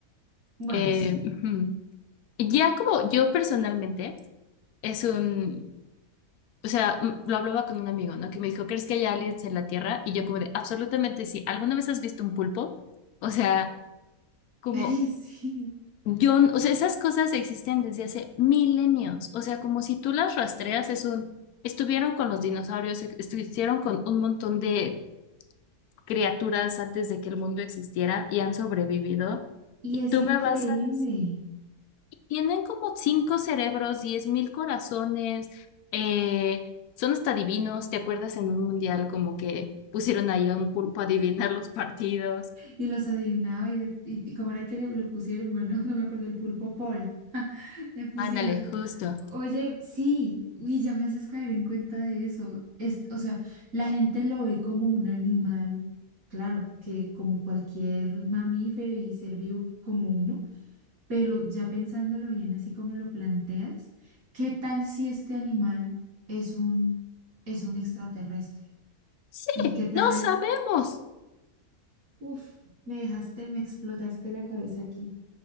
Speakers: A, on the right; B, on the left.
A: Bueno,
B: Eh,
A: sí.
B: ujú. Ya como yo personalmente es un, o sea, mm, lo hablaba con un amigo, ¿no? Que me dijo, ¿crees que hay aliens en la Tierra? Y yo como de, absolutamente sí. ¿Alguna vez has visto un pulpo? O sea, como
A: <laughs> Ay, sí.
B: Yo, n- o sea, esas cosas existen desde hace milenios. O sea, como si tú las rastreas, es un, estuvieron con los dinosaurios, e- estuvieron con un montón de criaturas antes de que el mundo existiera y han sobrevivido.
A: Y
B: Y
A: es
B: tú
A: increíble.
B: me Mm. vas a decir, tienen como cinco cerebros, diez mil corazones, eh, son hasta divinos. ¿Te acuerdas en un mundial como que pusieron ahí a un pulpo a adivinar los partidos?
A: Y los adivinaba y, de- y, y cómo era que le, le pusieron, bueno, <laughs> no me acuerdo, el pulpo Paul. <laughs> Le pusieron,
B: Ándale, justo.
A: oye, sí, uy, ya me haces caer en cuenta de eso. Es, o sea, la gente lo ve como un animal, claro, que como cualquier mamífero y ser vivo como uno, pero ya pensándolo bien, así como lo planteas, ¿qué tal si este animal es un, es un extraterrestre?
B: Sí,
A: ¿Y qué tal?
B: no sabemos.
A: Uf, me dejaste, me explotaste la cabeza aquí.